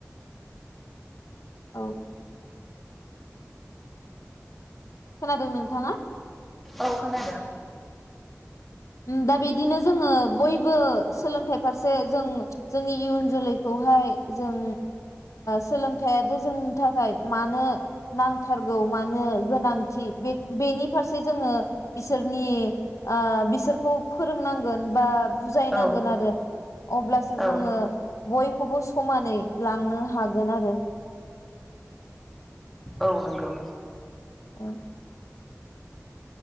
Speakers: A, on the left (about 75°); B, in the centre.
A: औ खोनादों नोंथाङा
B: औ खोनादों
A: दा बिदिनो जोङो बयबो सोलोंथाइ फारसे जों जोंनि इयुन जोलैखौहाय जों सोलोंथाइआदि जोंनि थाखाय मानो नांथारगौ मानो गोनांथि बे बेनि फारसे जोङो बिसोरनि बिसोरखौ फोरोंनांगोन बा बुजायनांगोन
B: औ
A: आरो अब्लासो जोङो
B: औ
A: बयखौबो समानै लांनो हागोन आरो
B: औ नंगौ
A: औ